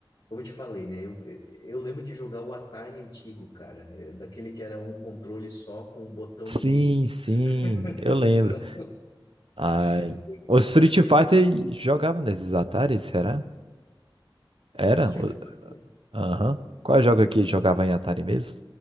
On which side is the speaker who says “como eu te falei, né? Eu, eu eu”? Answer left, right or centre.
Left